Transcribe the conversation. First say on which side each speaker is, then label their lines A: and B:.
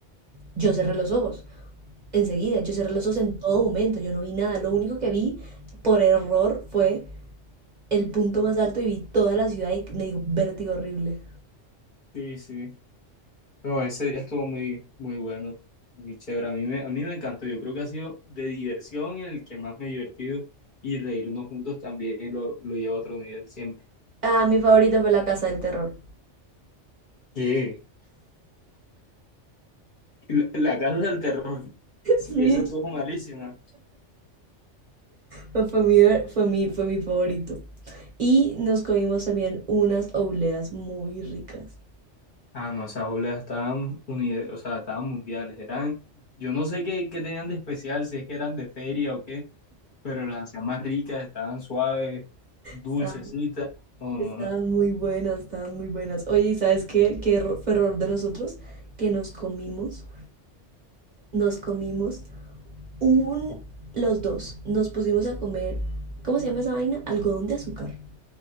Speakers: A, on the right (about 40°); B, on the left (about 50°).
A: yo cerré los ojos. Enseguida, yo cerré los ojos en todo momento, yo no vi nada, lo único que vi por error fue el punto más alto y vi toda la ciudad y me dio vértigo horrible.
B: Sí, sí. No, ese día estuvo muy, muy bueno, muy chévere. A mí me, a mí me encantó. Yo creo que ha sido de diversión el que más me he divertido y reírnos juntos también lo, lo lleva a otro nivel siempre.
A: Ah, mi favorito fue la casa del terror.
B: ¿Qué? La, la casa del terror. Sí,
A: Sí.
B: esa estuvo malísima.
A: Fue fue mi, fue mi, fue mi favorito. Y nos comimos también unas obleas muy ricas.
B: Ah, no, esas obras estaban, uni- o sea, estaban mundiales. Eran, yo no sé qué, qué tenían de especial, si es que eran de feria o qué, pero las hacían más ricas, estaban suaves, dulcecitas.
A: Estaban,
B: No,
A: estaban
B: no, no.
A: muy buenas, estaban muy buenas. Oye, ¿y sabes qué? ¿Qué erro- fue error de nosotros? Que nos comimos, nos comimos un, los dos nos pusimos a comer, ¿cómo se llama esa vaina? Algodón de azúcar.